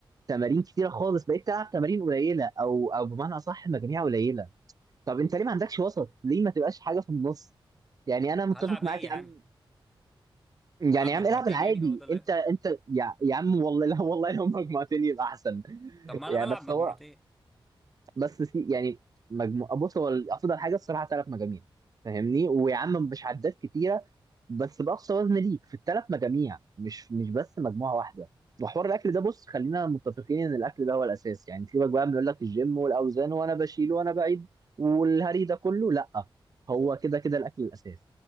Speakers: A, on the right; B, in the centre.
A: تمارين كتيره خالص بقيت تلعب تمارين قليله او او بمعنى اصح مجاميع قليله طب انت ليه ما عندكش وسط ليه ما تبقاش حاجه في النص يعني انا متفق
B: هلعب
A: معاك
B: ايه يعني
A: يا عم يعني
B: هلعب
A: يا
B: مجموعتين
A: عم العب العادي
B: يعني هو ده اللي
A: انت انت يا, يا عم والله لا والله لو مجموعتين يبقى احسن
B: طب ما
A: يعني
B: انا بلعب
A: بس
B: مجموعتين
A: هو بس سي يعني مجموعة بص هو افضل حاجه الصراحه ثلاث مجاميع فاهمني ويا عم مش عدات كتيره بس باقصى وزن ليك في الثلاث مجاميع مش مش بس مجموعه واحده وحوار الاكل ده بص خلينا متفقين ان الاكل ده هو الاساس يعني سيبك بقى من يقول لك الجيم والاوزان وانا بشيل وانا بعيد والهري ده كله لا هو كده كده الاكل الاساس